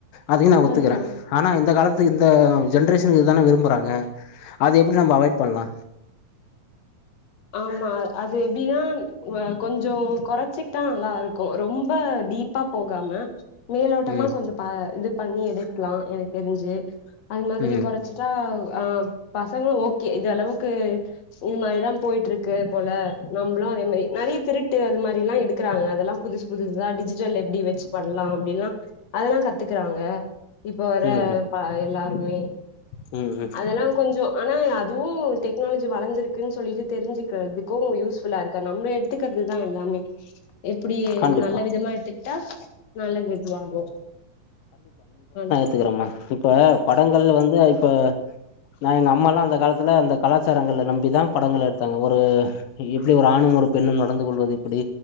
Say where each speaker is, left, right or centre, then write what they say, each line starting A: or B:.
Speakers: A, on the left; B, on the left.
A: அதையு நா ஒத்துக்கிறே
B: ம் ஆமா
A: ஆனா இந்த காலத்துக்கு இந்த ஜென்ரேஷனுக்கு இதுதான விரும்புறாங்க அது எப்படி நம்ம அவாய்ட் பண்ணலா
B: ஆமா அது எப்டின்னா கொஞ்சோ கொறச்சிக்கிட்டா நல்லா இருக்கு ரொம்ப டீப் ப்பா போகாம மேலோட்டமா
A: ம்
B: கொஞ்சோ பா இது பண்ணி எடுக்கலா எனக்கு தெரிஞ்சு அது மாதிரி
A: ம்
B: கொற சுட்டா ஆ பசங்களு ஓகே இது அளவுக்கு இது மாரிதா போய்ட்டு இருக்கு போல நம்மளு அதே மாரி நெறைய திருட்டு அது மாதிரிலா எடுக்கறாங்க அதெல்லா புதுசு புதுசுதா டிஜிட்டல் எப்டி வச்சு பண்ணலா அப்டின்ல்லாம் அதெல்லா கத்துக்குறாங்க இப்போ வர
A: ம்
B: எல்லாருமே
A: ம் ம் ம்
B: அதெல்லா கொஞ்ச ஆனா அதுவு டெக்னாலஜி வளன்சிருக்குன்னு சொல்லிட்டு தெரிஞ்சுக்கிறதுக்கு யூஸ்ஃபுல்லா இருக்க நம்ம எடுத்துக்கிறதுதா எல்லாமே இப்டி
A: கண்டிப்பா
B: நல்ல விதமா எடுத்துக்கிட்டா நல்ல வி வாங்க ஆ
A: கத்துக்கிறோமா இப்ப படங்கள் வந்து இப்ப நான் எங்க அம்மாலா அந்த காலத்துல அந்த கலாச்சாரங்கள நம்பிதா படங்கள் எடுத்தாங்க ஒரு எப்டி ஒரு ஆணும் ஒரு பெண்ணும் நடந்து கொள்வது எப்டி